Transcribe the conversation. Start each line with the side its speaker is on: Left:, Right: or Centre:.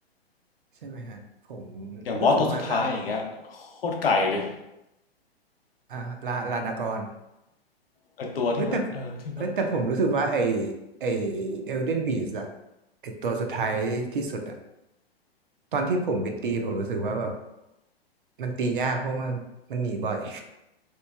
Right: ใช่ไหมฮะผม
Left: อย่างบอสตัวสุดท้ายอย่างเงี้ยโคตรไก่เลย
Right: รู้สึกว่าน่าอ่าลาลาดากร
Left: ไอตัวที่มันเออที่มัน
Right: เอ้ยแต่เอ้ยแต่ผมรู้สึกว่าไอไอเอลเดนบีสอะไอตัวสุดท้ายที่สุดอะตอนที่ผมไปตีผมรู้สึกว่าแบบมันตียากเพราะมันมันหนีบ่อย